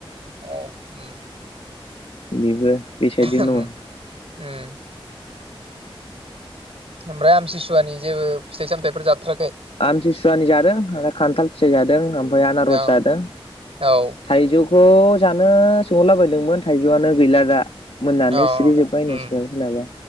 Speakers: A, on the right (about 85°); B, on the left (about 80°).
A: औ उम
B: बेबो बे साइडजों
A: उम
B: दङ।
A: उम ओमफ्राय आमतसुवानि जेबो फिथाइ -सामथायफोर जाथाराखै?
B: आमतसुवानि जादों आरो खान्थाल फिथाइ जादों। ओमफ्राय आनारस
A: औ
B: जादों
A: औ
B: थाइजौ <unintelligible> जानो सोंहरला बदोंमोन थाइजौआनो गैला दा। मोननानै
A: अ
B: सिरि जोब्बाय
A: उम
B: नो सोरनाबा सोरनाबा